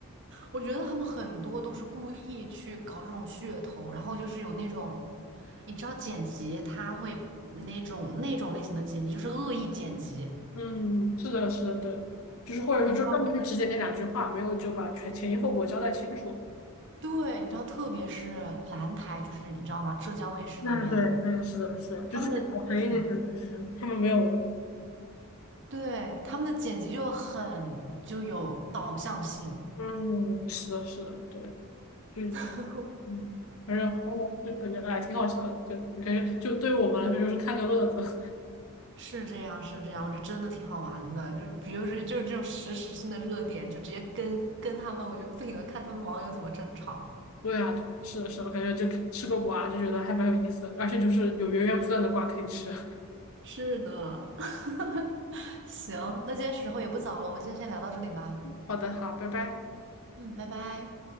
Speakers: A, on the right (about 60°); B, on the left (about 75°).
A: 我觉得他们很多都是故意去搞这种噱头，然后就是有那种，你知道剪辑他会那种那种类型的剪辑就是恶意剪辑，
B: 嗯，是的，是的，对，就是或者说就专门就只剪那两句话，
A: 你知道？
B: 没有就把全前因后果交代清楚。
A: 对，你知道，特别是蓝台，就是你知道吗？浙江卫视那边
B: 对对对，是的，是的，
A: 他们的。
B: 就是小黑那些，
A: 剪。
B: 就是他们没有。
A: 对，他们的剪辑就很就有导向性，
B: 嗯，是的，是的，对，就
A: <laughs>
B: 嗯，反正好吧，就感觉哎挺好笑的，就就感觉就对于我们来说就是看个乐子。<laughs>
A: 是这样，是这样，我觉得真的挺好玩的。就是比如说，就是这种实时性的热点，就直接跟跟他们，我就不停的看他们网友怎么争吵。
B: 对啊，对啊，是的，是的，感觉就吃个瓜就觉得还蛮有意思的，而且就是有源源不断的瓜可以吃。
A: 是的，<laughs> 行，那今天时候也不早了，我们今天先聊到这里吧。
B: <laughs> 好的，好，拜拜。
A: 嗯，拜拜。